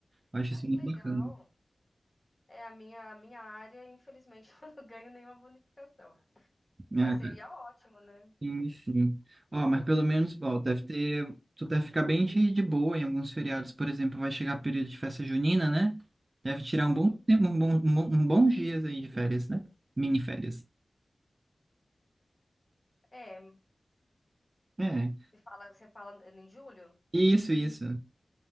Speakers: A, on the right (about 40°); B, on the left (about 25°).
A: Eu acho
B: Ah,
A: isso
B: que
A: muito
B: legal.
A: bacana.
B: É a minha a minha área, infelizmente, <laughs> eu não ganho nenhuma bonificação,
A: É,
B: mas seria ótimo, né?
A: Sim, sim. Ó, mas pelo menos, ó, deve ter. Tu deve ficar bem de, de boa em alguns feriados, por exemplo, vai chegar período de festa junina, né? Deve tirar
B: Uhum.
A: um bom tempo, um bom, um bom- um bons dias aí de férias, né? Mini férias.
B: É,
A: É.
B: você fala, você fala em julho?
A: Isso, isso.